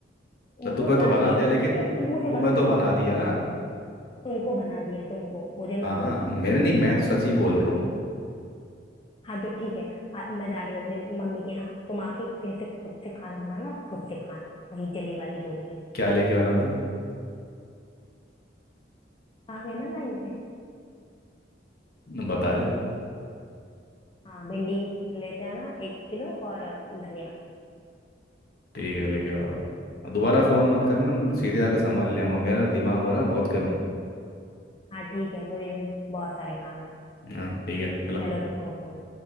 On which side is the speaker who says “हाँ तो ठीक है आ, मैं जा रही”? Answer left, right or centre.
Left